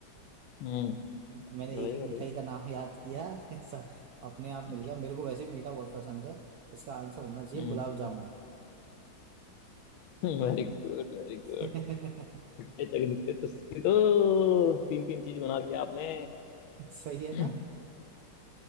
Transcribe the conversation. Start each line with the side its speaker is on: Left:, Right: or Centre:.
Left: हम्म
Right: मैंने
Left: बताइए
Right: एक एक
Left: बताइए
Right: मिठाई का नाम याद किया <laughs> ऐसा अपने आप मिल
Left: अच्छा
Right: गया मेरे को वैसे ही मीठा बहुत पसंद है इसका आंसर होना चाहिए
Left: हम्म
Right: गुलाब जामुन
Left: <laughs> Very good very
Right: <laughs>
Left: good ये जगदीप तो इसकी तो तीन तीन चीज बना दिया आपने
Right: सही है
Left: हम्म
Right: ना